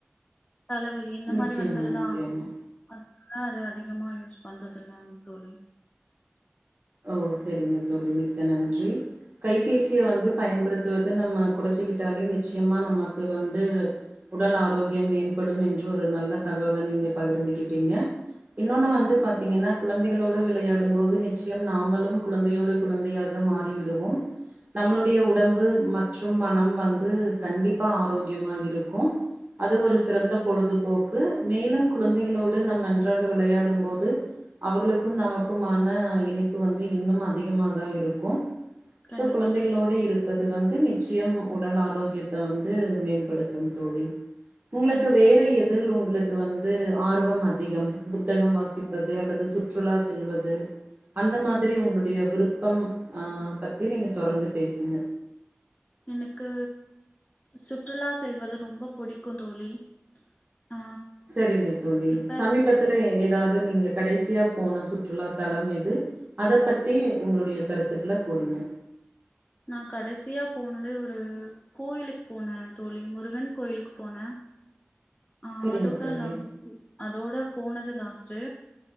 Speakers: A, on the left (about 25°); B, on the right (about 35°).
A: தலவலி இந்த
B: நிச்சயமா
A: மாரி வந்துருதா
B: நிச்சயமா
A: ஆஹ் அத அதிகமா யூஸ் பண்றதுல்லங் தோழி
B: ஓ செரிங்க தோழி மிக்க நன்றி கைபேசிய வந்து பயன்படுத்துவது இத நம்ம குறைச்சிக்கிட்டாலே நிச்சியமா நமக்கு வந்து உடல் ஆரோக்கியம் மேம்படும் என்று ஒரு நல்ல தகவல நீங்க பகிர்ந்துகிட்டீங்க இன்னொன்னு
A: கண்டிப்பா
B: வந்து பாத்தீங்கன்னா
A: தோழி
B: குழந்தைகளோட் விளையாடும்போது நிச்சி யம் நாமலும் குழந்தையோடு குழந்தையாக மாறிவிடுவோம் நம்ளுடைய
A: கண்டிப்பா
B: உடம்பு
A: தோழி
B: மட் றும் மனம் வந்து கண்டிப்பா ஆரோக்கியமா இருக்கும் அது ஒரு
A: கண்டிப்பா
B: சிறந்த
A: தோழி
B: பொழுதுபோக் கு மேலும் குழந்தைகளோடு நம் நன்றாக விளையாடும் போது அவர்களுக்கும் நமக்குமான இனை ப்பு வந்து இன்னு அதிகமாதா இருக்கும்
A: கண்டிப்பா
B: சோ குழந்தைகளோடு
A: தோழி
B: இருப்பது இது வந்து நிச்சியம் உடல் ஆரோக்கியத்த வந்து மேம்படுத்தும் தோழி உங்ளுக்கு
A: கண்டிப்பா
B: வேற
A: தோழி
B: எதில் உங்ளுக்கு அது வந்து ஆர்வம் அதிகம் புத்தகம் வாசிப்பது அல்லது சுற்றுலா செல்வது அந்த மாதிரி உங்ளுடைய விருப்பம் ஆஹ் பத்தி நீங்க தொடர்ந்து பேசுங்க
A: எனக்கு சுற்றுலா செல்வது ரொம்ப புடிக்கு தோழி ஆ
B: செரிங்க தோழி
A: இப்ப
B: சமீபத்துல ஏதாது நீங்க கடைசியா போன சுற்றுலா தலம் எது அத பத்தி உங்ளுடைய கருத்துக்ளக் கூறுங்க
A: நா கடசியா போனது ஒரு கோயிலுக் போனேன் தோழி முருகன் கோயிலுக்கு போனேன் ஆஹ்
B: சரிங்க
A: அதோடல்லா
B: தோழி,
A: <inaudible> அதோட போனது லாஸ்ட்டு